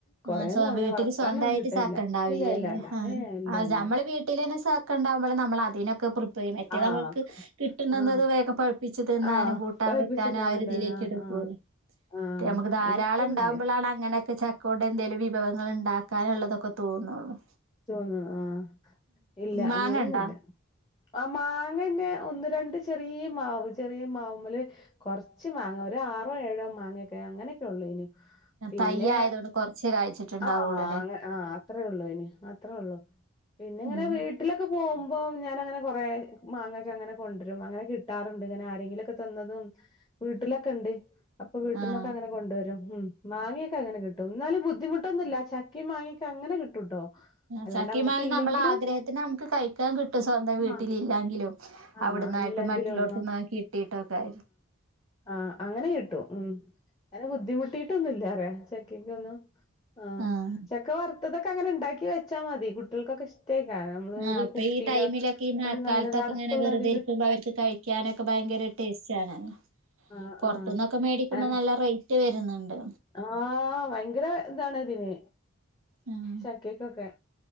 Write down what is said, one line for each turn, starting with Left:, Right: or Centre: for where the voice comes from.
Left: കൊറേയൊന്നും
Right: ആഹ്
Left: അങ്ങനെ
Right: വീട്ടിൽ
Left: വറക്കാനൊന്നും
Right: സ്വന്തായിട്ട്
Left: കിട്ടലില്ല
Right: ചക്ക ഇണ്ടാവില്ലാല്ലേ
Left: ഇല്ല ഇല്ല ഇല്ല
Right: ആഹ്
Left: ഏഹ് ഇല്ല ഇല്ല
Right: നമ്മള് വീട്ടിൽ തന്നെ ചക്ക ഇണ്ടാവുമ്പോ നമ്മളതിനൊക്കെ പ്രി യം മറ്റേ
Left: ആഹ്
Right: നമ്മക്ക് കിട്ടണത്
Left: ആഹ്
Right: വേഗം പഴുപ്പിച്ച് തിന്നാനും
Left: ആഹ്
Right: കൂട്ടാൻ
Left: പഴിപ്പിച്ചിന്നാനല്ലേ
Right: വെക്കാനും ആ ഒരുതിലേക്ക്
Left: ആഹ് ആഹ്
Right: പൊരും
Left: ആഹ്
Right: മറ്റേ നമക്ക് ധാരാളം
Left: അവനത്തൊന്നുല്ല
Right: ഇണ്ടാവുമ്പളാണ് അങ്ങനെ ചക്കൊണ്ട് എന്തേലും വിഭവങ്ങൾ ഇണ്ടാക്കാനൊള്ളതൊക്കെ തോന്നോള്ളൂ
Left: തോന്നു ആഹ് ഇല്ല
Right: മാങ്ങ
Left: അങ്ങനെയൊന്നൂല്ല
Right: ഇണ്ടാ
Left: ആഹ് മാങ്ങന്നെ ഒന്ന് രണ്ട് ചെറിയ മാവ് ചെറിയ മാവ്മ്മല് കൊറച്ച് മാങ്ങ ഒരു ആറോ ഏഴോ മാങ്ങേയൊക്കെ അങ്ങനെയൊക്കെ ഒള്ളേ നി പിന്നെ
Right: തയ്യ് ആയതുകൊണ്ട് കൊറച്ചേ കായ്ച്ചിട്ടുണ്ടാവുള്ളൂ
Left: ആഹ് മാങ്ങ
Right: അല്ലേ
Left: ആഹ് അത്രേ ഒള്ളേനി അത്രേ ഒള്ളൂ പിന്നെ ഇങ്ങനെ
Right: ഉം
Left: വീ വീട്ടിലൊക്കെ പോവുമ്പം ഞാനങ്ങനെ കൊറേ മാങ്ങേക്ക അങ്ങനെ കൊണ്ടരും അങ്ങനെ കിട്ടാറുണ്ട് ഇങ്ങനെ ആരേങ്കിലൊക്കെ തന്നതും വീട്ടിലൊക്കെ ഇണ്ട് അപ്പൊ വീട്ടിന്നൊക്കെ
Right: ആഹ്
Left: അങ്ങനെ കൊണ്ടോരും ഉം മാങ്ങയൊക്കെ അങ്ങനെ കിട്ടും ന്നാലും ബുദ്ധിമുട്ടൊന്നുല്ല ചക്കേം മാങ്ങയൊക്കെ അങ്ങനെ കിട്ടൂട്ടോ അല്ലാണ്ട്
Right: ചക്കേം
Left: നമ്മക്ക്
Right: മാങ്ങേ
Left: ഇല്ലെങ്കിലും
Right: നമ്മള് ആഗ്രഹത്തിന് നമുക്ക് കഴിക്കാൻ കിട്ടും സ്വന്തം വീട്ടില്
Left: ആ
Right: ഇല്ലാങ്കിലും
Left: ആ
Right: അവിടന്നായിട്ടും
Left: ഇല്ലെങ്കിലും
Right: മറ്റുള്ളോടുത്തുന്ന കിട്ടീട്ടൊക്കെ
Left: ആഹ് അങ്ങനെ കിട്ടും ഉം അങ്ങനെ ബുദ്ധിമുട്ടിട്ടൊന്നുല്ലറിയ <unintelligible>
Right: ആഹ്
Left: ചക്ക വറുത്തതൊക്കെ അങ്ങനെ ഇ ണ്ടാക്കി വെച്ചാ മതി കുട്ടികൾക്കൊക്കെ ഇഷ് ട്ടേക്കരം നമ്മള്
Right: ആഹ്
Left: ഒരു
Right: അപ്പൊ
Left: കുപ്പിയിലോ
Right: ഈ ടൈമിലൊക്കെ ഈ മഴക്കാലത്തൊക്കെ
Left: നല്ലൊരു അടപ്പുള്ളതിലിട്ടച
Right: ഇങ്ങനെ വെറുതെ ഇരിക്കുമ്പോ അവർക്ക് കഴിക്കാനൊക്കെ ഭയങ്കര ടേസ്റ്റ് ആണ്
Left: ആഹ്
Right: പൊറത്തുന്ന്
Left: ആഹ്
Right: ഒക്കെ മേടിക്കുമ്പോ
Left: അങ്ങനെ
Right: നല്ല റേറ്റ് വരുന്നുണ്ട്
Left: ആഹ് ഭയങ്കര ഇതാണ് ഇതിന്
Right: ഉം
Left: ചക്കെ ക്കൊക്കെ